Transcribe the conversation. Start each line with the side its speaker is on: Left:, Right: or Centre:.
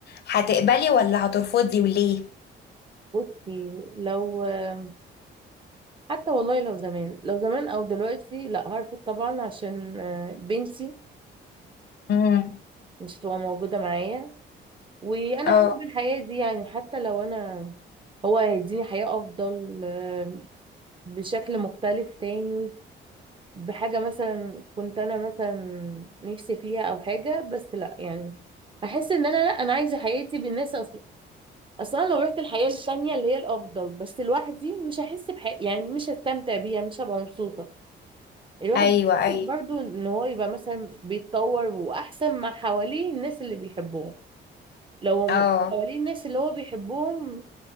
Left: هتقبلي ولا هترفضي وليه
Right: بصي لو آه، حتى والله لو زمان لو زمان او دلوقتي لا هرفض طبعا عشان آه، بنتي
Left: امم
Right: مش هتبقى موجودة معايا وانا
Left: اه
Right: احب الحياه دي يعني حتى لو انا هو هيديني حياه افضل آه، بشكل مختلف تاني بحاجه مثلا كنت انا مثلا نفسي فيها او حاجه بس لا يعني احس ان انا لا انا عايزه حياتي بالناس اصلا اصلا لو رحت الحياه التانيه اللي هي الافضل بس لوحدي مش هحس بحياتي يعني مش هستمتع بيها مش هبقى مبسوطه الواحد
Left: ايوه ايوه
Right: برضو ان هو يبقى مثلا بيتطور واحسن مع حواليه الناس اللي بيحبهم لو
Left: اه
Right: حواليه الناس اللي هو بيحبهم